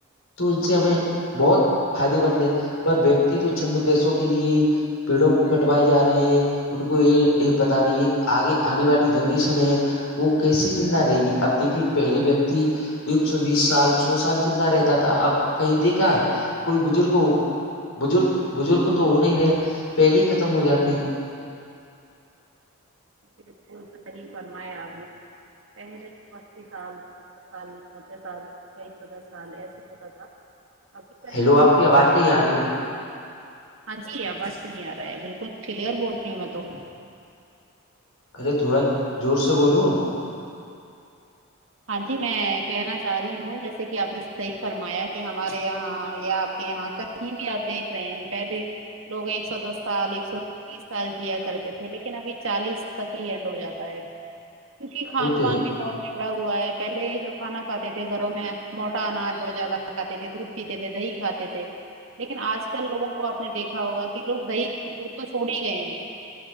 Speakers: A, on the left; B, on the right.
A: تو ان سے ہمیں بہت فائدے مند ہے پر ویکتی تو چھند پیسوں کے لیے ہی پیڑوں کو کٹوائے جا رہی ہے ان کو یہ یہ پتا نہیں ہے آگے آنے والی جنریشن ہے وہ کیسی زندہ رہے گی اب دیکھیے پہلے ویکتی ایک سو بیس سال سو سال جندہ رہتا تھا اب کہیں دیکھا ہے کوئی بزرگ ہو بزرگ بزرگ تو ہو نہیں رہے ہیں پہلے ہی ختم ہو جاتے ہیں
B: بالکل صحیح فرمایا آپ نے پہلے تو اسی سال ستر سال نبے سال کسی کائی سو دس سال ایسے ہوتا تھا ابھی کا
A: ہیلو
B: جو ماحول
A: آپ کی آواز
B: بر
A: نہیں آ رہی ہے
B: ہاں جی آواز سے نہیں آ رہا ہے بالکل کلیئر بول رہی ہوں میں تو
A: ارے تھوڑا زور سے بولو
B: ہاں جی میں کہنا چاہ رہی ہوں جیسے کہ آپ نے صحیح فرمایا کہ ہمارے یہاں یا آپ کے یہاں ک یہیں بھی آپ دیکھ رہے ہیں پہلے لوگ ایک سو دس سال ایک سو تیس سال جیا کرتے تھے لیکن ابھی چالیس تک ہی اینڈ ہو جاتا ہے کیونکہ خان
A: وہ تو
B: پان
A: ہے ہی،
B: بھی بہت ہے پکڑا ہوا ہے پہلے جو کھانا کاتے تھے گھروں میں موٹا اناج بہت زیادہ کھاتے تھے د پیتے تھے دہی کھاتے تھے لیکن آج چلووں کو آپ دیکھا ہوگا کہ لوگ دہی دودھ تو چھوڑ ہی گئے ہیں